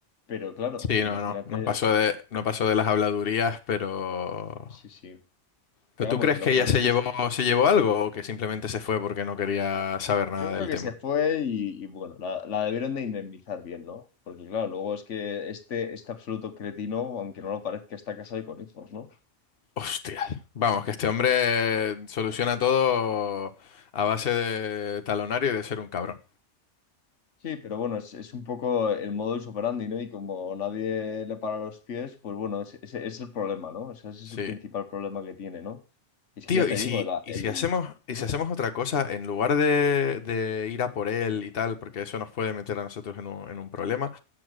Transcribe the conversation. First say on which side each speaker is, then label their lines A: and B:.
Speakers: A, on the left; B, on the left.
A: Pero claro,
B: sí,
A: imagínate,
B: no, no, no pasó de, no pasó de las habladurías, pero,
A: sí, sí.
B: pero
A: Pero
B: ¿tú
A: Vamos,
B: crees
A: y lo
B: que
A: peor
B: ella se
A: es que
B: llevó, se llevó algo o que simplemente se fue porque no quería saber nada
A: Yo creo
B: del
A: que
B: tema?
A: se fue y, y bueno, la, la debieron de indemnizar bien, ¿no? Porque claro, luego es que este, este absoluto cretino, aunque no lo parezca, está casado y con hijos, ¿no?
B: Hostia. Vamos, que este hombre soluciona todo a base de talonario y de ser un cabrón.
A: Sí, pero bueno, es, es un poco el modus operandi, ¿no? Y como nadie le para los pies, pues bueno, ese ese es, el problema, ¿no? O sea, ese
B: Sí.
A: es el principal problema que tiene, ¿no? Es
B: Tío,
A: que ya te
B: ¿y si,
A: digo, la,
B: y
A: el...
B: si hacemos, y
A: Dime,
B: si hacemos otra cosa, en lugar de, de ir a por él y tal, porque eso nos puede meter a nosotros en un, en un problema,